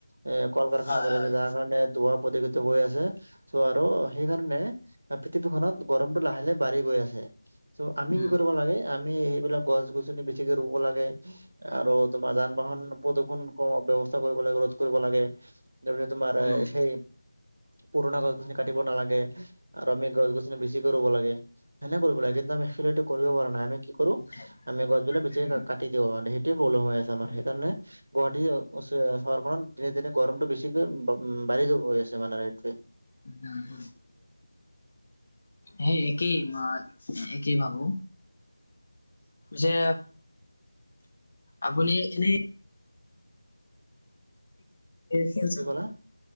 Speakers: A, on the right; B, on the left.
A: এ কল কাৰখানা
B: হয়
A: বাঢ়িছে
B: হয়
A: যাৰ কাৰণে দুৱাৰ পক্ষিত হৈ আছে ত' আৰু সেইকাৰণে পৃথিৱীখনত গৰমটো লাহে লাহে বাঢ়ি গৈ আছে ত' আমি
B: উম
A: কি কৰিব লাগে আমি সেইবিলাক গছ গছনি বেছিকে ৰুব লাগে আৰু তোমাৰ যান বাহন প্ৰদূষণ ব্য্য়ৱস্থা কৰিব লাগে ৰোধ কৰিব লাগে তাৰপিছত তোমাৰ
B: উম
A: সেই পুৰণা গছ গছনি কাটিব নালাগে আৰু আমি গছ গছনি বেছিকৈ ৰুব লাগে সেনে কৰিব লাগে কিন্তু আমি টো কৰিব পৰা নাই আমি কি কৰো
B: উঠাই
A: আমি গছ বিিলাক পি
B: উম
A: কাটি দিব মানে পল হৈ আছে আমাৰ
B: উম
A: সেইকাৰণে গুৱাহাটী চহৰখনত দিনে দিনে গৰমতটো বেছিকৈম বা়ি যৈ আছে মানে এইোৱে
B: উম হ সেই একেই কি ভাবো যে আপুনি এনেই খেল চেল
A: কি ক'লা